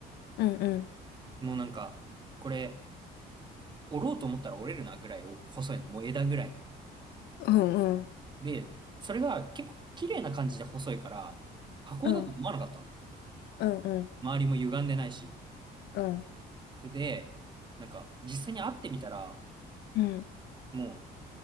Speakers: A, on the left; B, on the right.
A: うん、うん、
B: う。もうなんか、これ、折ろうと思ったら折れるなぐらいお細いの。もう枝ぐらいの。
A: うん、うん、
B: で、それが結構綺麗な感じで細いから、加工だと思わなかったの。
A: うん、うん、うん、
B: 周りも歪んでないし。
A: うん、
B: それで、なんか、実際に会ってみたら、
A: うん、
B: も